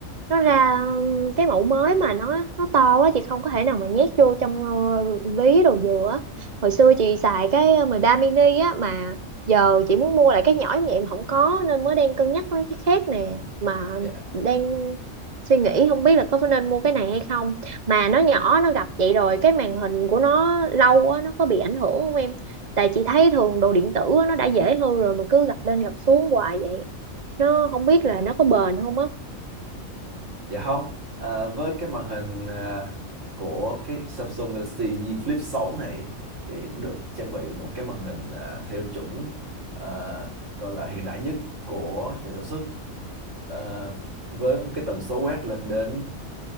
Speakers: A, on the right (about 35°); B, on the right (about 60°).
A: nó ra um, cái mẫu mới mà nó nó to quá chị không có thể nào mà nhét vô trong ờ, ví đồ dừa á. Hồi xưa chị xài cái ờ, 13 mini á mà giờ chị muốn mua lại cái nhỏ như vậy mà không có nên mới đang cân nhắc mấy cái khác nè mà
B: Dạ.
A: đang suy nghĩ không biết là có nên mua cái này hay không mà nó nhỏ nó gặp vậy rồi cái màn hình của nó lâu quá nó có bị ảnh hưởng không em tại chị thấy thường đồ điện tử á, nó đã dễ hư rồi mà cứ gập lên gập xuống hoài vậy nó không biết là nó có bền không á
B: Dạ không, Ờ, với cái màn hình ờ, của cái Samsung Galaxy Z Flip 6 này thì được trang bị một cái màn hình ờ, theo chuẩn ờ, gọi là hiện đại nhất của nhà sản xuất Ờ, với cái tần số quét lên đến